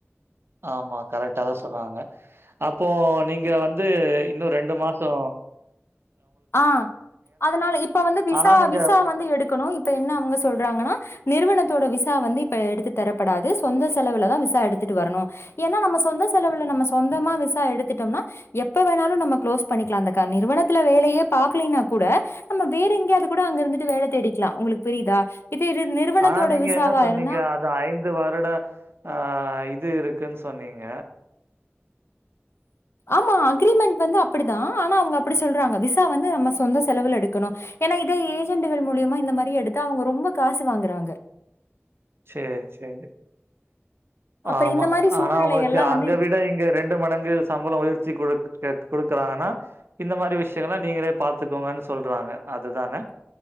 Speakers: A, on the right; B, on the left.
A: ஆமா கரெக்டாதா சொன்னாங்க அப்போ நீங்க வந் து இன்னு ரெண்டு மாஸ் தோ
B: ஆ அதனால இப்ப வந்து விசா
A: ஆனா நீங்க
B: விசா வந்து எடுக்கணு இப் இப்ப என்ன அவுங்க சொல்றாங்கன்னா நிறுவனத்தோட விசா வந்து இப்ப எடுத்து தரப்படாது சொந்த செலவுலதா விசா எடுத்துட்டு வரணு ஏன்னா நம்ம சொந்த செலவுல நம்ம சொந்தமா விசா எடுத்துட்டோம்னா எப்ப வேணாலு நம்ம குளோஸ் பண்ணிக்கலா அந்த கண் நிறுவனத்துல வேல் லையே பாக்குலீன்னா கூட நம்ம வேற எங்கயாது கூட அங்க இருந்துட்டு வேல தேடிக்கலா உங்களுக்கு புரியுதா இது இரு- நிறுவனத்தோட
A: ஆனா நீங்க
B: விசாவா
A: என்ன சொன்னீங்க
B: இருந்தா
A: அது ஐந்து வருடோ ஆ இத் இது இருக்குன் சொன்னீங்க
B: ஆமா அக்ரிமெண்ட் வந்து அப்புடிதா ஆனா அவங்க அப்புடி சொல்றாங்க விசா வந்து நம்ம சொந்த செலவுல எடுக்கணு ஏன்னா இத ஏஜெண்டுகள் மூலியமா இந்த மாரி எடுத்தா அவுங்க ரொம்ப காசு வாங்குறாங்க
A: சேரி சேரி
B: அப்புறம்
A: ஆமா
B: இந்த மாரி சூழ்நிலைகள்லாம்
A: ஆனா அவங்களுக்கு அங்க
B: வந்து
A: விட இங்க ரெண்டு மடங்கு சம்பளோ உயர்த்தி குடுக் செக் குடுக்குறாங்கன்னா இந்த மாரி விஷ்யங்கல்லா நீங்களே பாத்துக்கோங்கன்னு சொல்றாங்க அதுதான